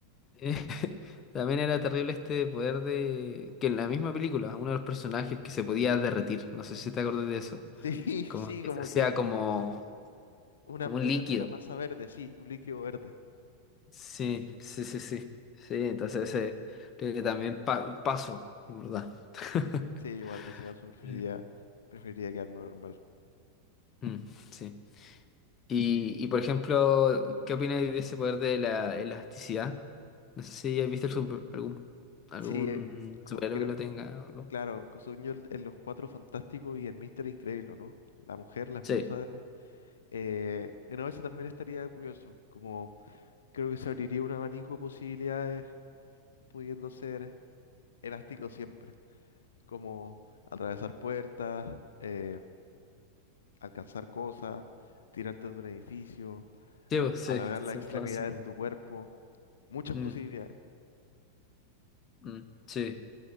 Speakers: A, on the left (about 25°); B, on the left (about 65°).
A: <laughs> también era terrible este poder de que en la misma película uno de los personajes que se podía derretir, no sé si te acuerdas de eso,
B: Sí,
A: como
B: <laughs> sí,
A: que
B: como
A: se hacía
B: que
A: como
B: una,
A: como un
B: una,
A: líquido.
B: una masa verde, sí, un líquido verde.
A: Sí, sí, sí, sí. Sí, entonces eh, creo que también pa- paso, en verdad. <laughs>
B: Sí, igual en ese caso preferiría,
A: Mm.
B: preferiría quedarme normal.
A: Mm, sí. Y, y, por ejemplo, ¿qué opinas de ese poder de la elasticidad? No sé si has visto el super- algún, algún
B: Sí, eh, co-
A: superhéroe
B: creo,
A: que lo tenga. o algo.
B: claro, Cosuño en Los Cuatro Fantásticos y el Mister Increíble, ¿no? La mujer, la esposa
A: Sí,
B: Eh, no, eso también estaría curioso, como creo que se abriría un abanico de posibilidades pudiendo ser elástico siempre, como atravesar puertas, eh, alcanzar cosas, tirarte de un edificio,
A: sí, pues, sí,
B: alargar las
A: se
B: extremidades
A: está pensando.
B: de tu cuerpo, muchas
A: Mm,
B: posibilidades.
A: mm, sí.